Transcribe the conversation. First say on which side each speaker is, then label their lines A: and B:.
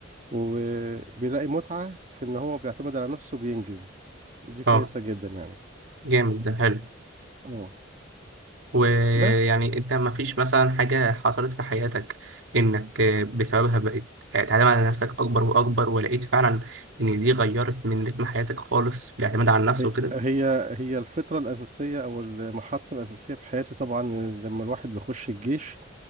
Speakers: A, on the right; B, on the right.
A: وبيلاقي متعة في ان هو بيعتمد على نفسه بينجز دي كويسة
B: اه
A: جدا يعني
B: جامد ده حلو
A: اه
B: ويعني
A: بس
B: انت ما فيش مثلا حاجة حصلت في حياتك انك آه، بسببها بقيت آه، تعتمد على نفسك اكبر واكبر ولقيت فعلا ان دي غيرت من رتم حياتك خالص في الاعتماد على النفس
A: هي
B: وكده
A: هي هي الفطرة الأساسية أو المحطة الأساسية في حياتي طبعا لما الواحد بيخش الجيش